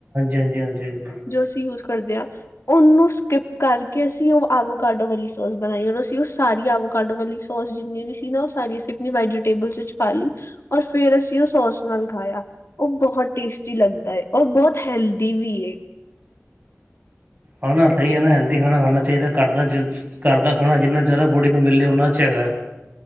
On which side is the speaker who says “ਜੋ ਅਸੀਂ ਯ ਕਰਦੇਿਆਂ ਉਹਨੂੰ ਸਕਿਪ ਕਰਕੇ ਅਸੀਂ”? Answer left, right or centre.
Left